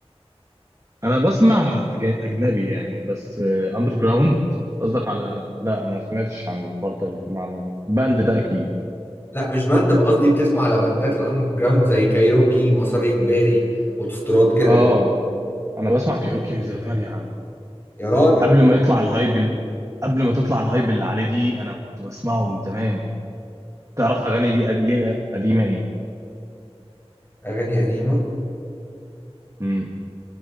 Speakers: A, on the right; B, on the left.
A: انا بسمع أج- اجنبي يعني بس اندر جراوند قصدك على لا ما سمعتش عن الحوار ده اللي مع باند ده اكيد
B: لا مش باند بقى، قصدي بتسمع على باندات الاندر جراوند زي كايروكي مسار اجباري اوتوستراد كده
A: اه انا بسمع كايروكي من زمان يا عم
B: يا راجل
A: قبل ما يطلع الهايب ال- قبل ما تطلع الهايب اللي عليه دي انا كنت بسمعه من زمان تعرف اغاني ليه ليه قديمه ايه
B: اغاني قديمه
A: امم